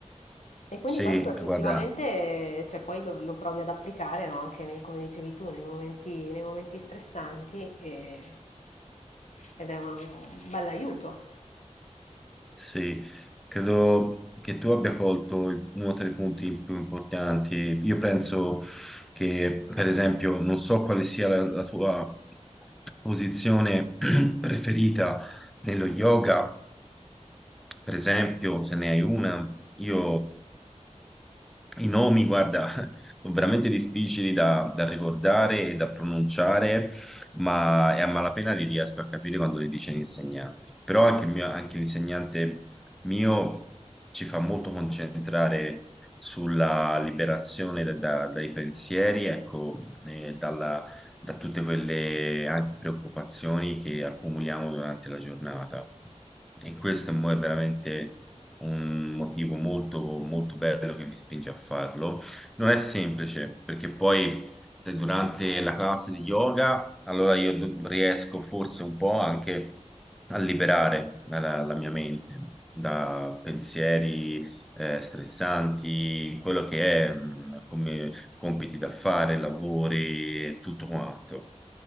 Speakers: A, on the left (about 70°); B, in the centre.
A: E quindi
B: Sì,
A: questo effettivamente,
B: guarda,
A: cioè, poi lo, lo provi ad applicare, no? Anche nei- come dicevi tu, nei momenti, nei momenti stressanti e- ed è un, un bell'aiuto.
B: Sì, credo che tu abbia colto il- uno dei punti più importanti. Io penso che, per esempio, non so quale sia la, la tua posizione <clears throat> preferita nello yoga, per esempio, se ne hai una. Io i nomi, guarda, <laughs> sono veramente difficili da, da ricordare e da pronunciare, ma e a malapena li riesco a capire quando li dice l'insegnante. Però anche, il mio- anche l'insegnante mio ci fa molto concentrare sulla liberazione da- da- dai pensieri, ecco, e dalla- da tutte quelle anche preoccupazioni che accumuliamo durante la giornata. E questo è mo- è veramente un motivo molto, molto bello che mi spinge a farlo. Non è semplice, perché poi te- durante la classe di yoga, allora io do- riesco forse un po' anche a liberare la, la mia mente da pensieri eh, stressanti, quello che è, mh, come compiti da fare, lavori e tutto quanto.